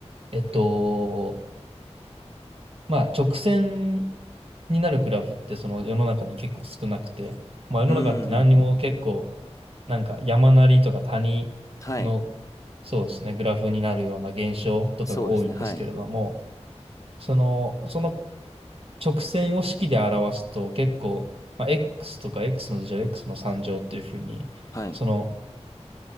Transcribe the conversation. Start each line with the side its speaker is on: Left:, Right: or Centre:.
Right: えっと、まあ直線になるグラフってその世の中に結構少なくて、まあ世の中って何にも結構
Left: うんうんうん。
Right: なんか山なりとか谷のそうですね、
Left: はい。
Right: グラフになるような現象とかが多いんですけれども、
Left: そうですね。はい。
Right: その、その直線を式で表すと結構、まあ、x とか x の二乗、x の三乗っていうふうに、
Left: はい。
Right: その、